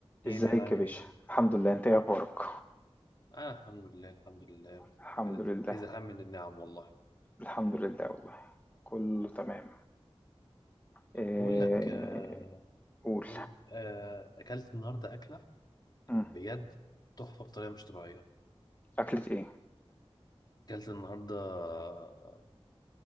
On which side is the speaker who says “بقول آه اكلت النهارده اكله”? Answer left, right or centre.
Left